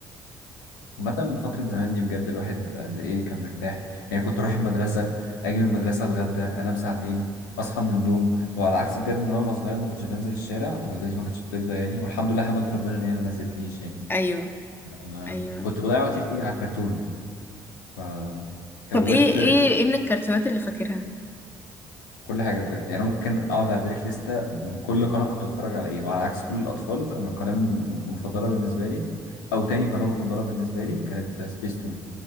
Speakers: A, on the left; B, on the left.
A: عامة فترة زمان دي بجد الواحد قد إيه كان مرتاح يعني كنت أروح المدرسة أجي من المدرسة أتغدى أنام ساعتين أصحى من النوم وعلى عكس بجد إن أنا وأنا صغير ما كنتش بنزل الشارع والدتي ما كانتش بترضى يعني والحمد لله حمدت ربنا إن هي ما نزلتنيش يعني
B: ايوه
A: أنا
B: ايوه
A: كنت بضيع وقتي في إيه على الكرتون فكونت
B: طب ايه ايه ايه من الكرتونات اللي فاكرها
A: كل حاجة بجد يعني أنا ممكن أقعد أعدلك لستة من كل قناة كنت بتفرج على إيه وعلى عكس كل الأطفال أما القناة م- مفضلة بالنسبة لي أو تاني قناة مفضلة بالنسبة لي كانت سبيس تون